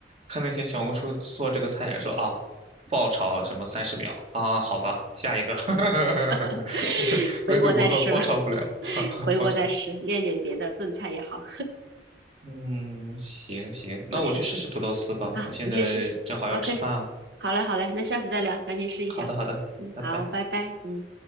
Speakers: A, on the right (about 35°); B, on the right (about 70°).
A: 看那些小红书做这个菜也说啊，爆炒什么三十秒啊，好吧，下一个，<laughs>
B: <laughs> 回国再吃吧，
A: 温度不够，爆炒不了，
B: <laughs> 回国再吃，
A: 爆炒。
B: 练点别的炖菜也好。
A: 嗯，行行，
B: <laughs>
A: 那我去试试土豆丝吧，
B: 就是啊，
A: 我现在正好要吃饭了。
B: 你去试试。OK，好嘞好嘞，那下次再聊，赶紧试一下。
A: 好的好的，
B: 嗯，
A: 拜拜。
B: 好，拜拜，嗯。